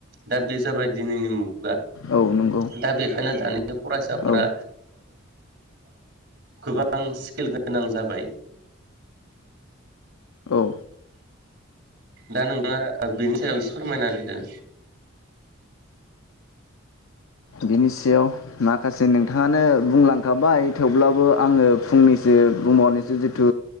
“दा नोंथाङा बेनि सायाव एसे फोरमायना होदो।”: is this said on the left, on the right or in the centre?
Right